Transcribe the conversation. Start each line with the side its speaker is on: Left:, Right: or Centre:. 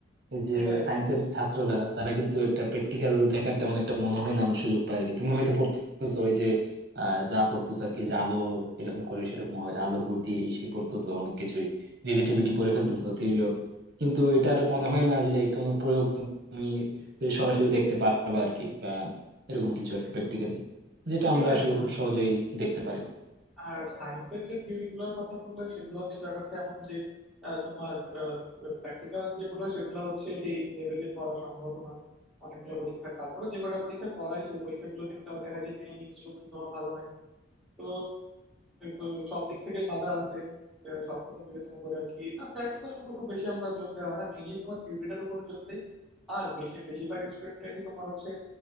Right: এই যে
Centre: সেটাই বন্ধু,
Right: সায়েন্সের ছাত্ররা তারা কিন্তু একটা প্র্যাকটিক্যাল দেখার তেমন একটা মনে হয় না আমার সুযোগ পায় আর কি তুমি হয়তো পড়তেছো ওই যে আহ, যা পড়তেছো আর কি যে আলো এরকম করে সেরকম হয় আলোর গতি এই সেই পড়তেছো অনেক কিছুই রিলেটিভিটি পড়ে ফেলতেছো থিওরি কিন্তু এটার মনে হয় না যে কোনো প্রয়োগ তুমি সরাসরি দেখতে পারবা আর কি বা এরকম কিছু আর কি প্র্যাকটিক্যালি যেটা
Centre: সেটাই
Right: আমরা আসলে
Centre: বন্ধু
Right: খুব সহজেই দেখতে পারি
Centre: আর সায়েন্সের যে থিওরি গুলোর কথা বললে সেগুলো হচ্ছে ব্যাপারটা এমন যে আহ, তোমার প্র্যাকটিক্যাল যেগুলো সেগুলো হচ্ছে এই লেভেলে করা সম্ভব না অনেকগুলো পরীক্ষা তারপরে যে কটা পরীক্ষা করায় সেই পরীক্ষাগুলো ক্ষেত্রে আবার দেখা যায় ইনস্ট্রুমেন্ট তোমার ভালো নাই তো তো সব দিক থেকে বাধা আছে আহ, সব কথা বিবেচনা করে আর কি না প্র্যাকটিক্যালের উপর খুব বেশি আমরা জোর দেওয়া হয় না মেইনলি তোমার থিওরিটার উপর জোর দেই আর বেশি বেশিরভাগ স্টুডেন্টরাই তোমার হচ্ছে